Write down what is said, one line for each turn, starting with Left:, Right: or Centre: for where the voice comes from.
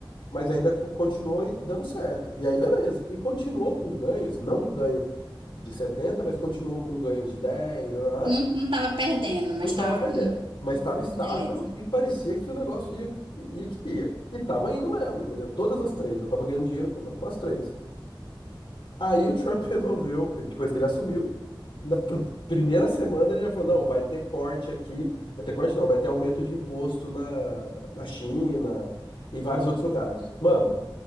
Left: mas ainda co- continuou em- dando certo. E aí, beleza. E continuou com ganhos, não um ganho de 70, mas continuou com ganhos de 10, blá, blá,
Right: não,
Left: blá.
Right: não tava perdendo, mas
Left: Não estava
Right: tava.
Left: perdendo, mas estava estável
Right: Beleza.
Left: e parecia que o negócio ia, ia que ia. E tava indo mesmo, entendeu? Todas as três, eu tava ganhando dinheiro com, com as três. Aí o Trump <laughs> resolveu, depois que ele assumiu, na pr- primeira semana ele já falou: não, vai ter corte aqui, vai ter corte não, vai ter aumento de imposto na, na China e vários outros lugares. Mano,